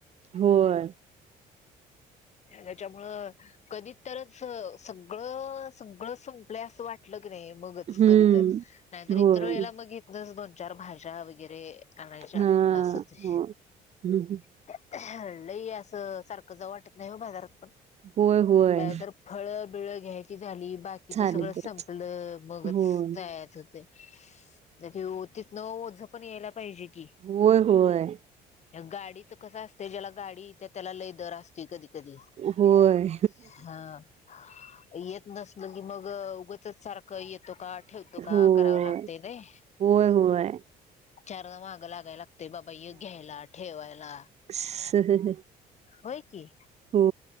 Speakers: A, on the right (about 40°); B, on the left (about 40°).
A: होय.
B: हेच्यामुळ कधीतरच सगळं- सगळं- स पलय असं वाटलं कनय मगच
A: हम्म
B: कधी तर, नाहीतर
A: होय
B: इतर वेळेला मग इथनच दोन, चार भाज्या वगैरे आनायच्या
A: हा
B: बास होतय.
A: हो हम्म.
B: <inaudible> <inaudible> लय असं सारखं जाऊ वाटत नाही हो बाजारात पण
A: होय होय
B: आ तर फळ -बिळं घ्यायची झाली, बाकीच
A: चालेल
B: सगळं
A: तरच
B: संपलं मगच
A: होय
B: तया चतय, त्यात ओ-तिथन ओझ पण यायला पाहिजे कि.
A: होय -होय.
B: गाडीचं कसं असतय, ज्याला गाडी इत्या त्याला लय दर असतोय कधी- कधी <inaudible>
A: होय
B: हा <inaudible> येत नसल की मग उगचच सारखं येतो का? ठेव तु का
A: होय
B: करावं लागतय नय.
A: होय होय
B: चारदा माग लागायला लागतय, बाबा य घ्यायला, ठेवायला.
A: <inaudible>
B: होय की
A: हो